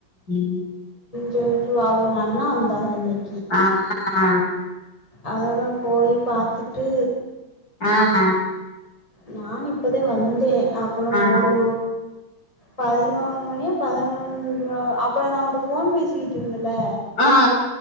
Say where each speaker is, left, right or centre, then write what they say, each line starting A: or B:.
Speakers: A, on the left (about 50°); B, on the left (about 15°).
A: ம்
B: சேரிச்சு அவுக நன்னா வந்தாக இன்னக்கி
A: ஆஹ் ஹ
B: அதோட போயி பாத்துட்டு
A: ஆஹ
B: நானு இப்பதா வந்தே அப்பல
A: ஆ
B: போறு பதினோரு மணியா பதினொன்ற அப்ப நா உன்கிட்ட போன் பேசிக்கிட்டு இருந்தே ல
A: ஆ ஆ